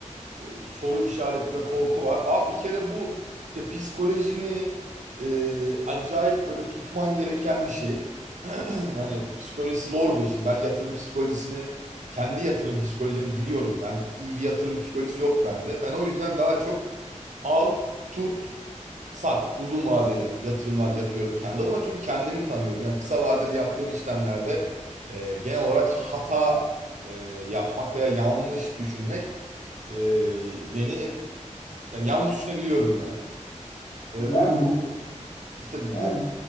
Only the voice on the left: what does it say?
Yani
bu
yani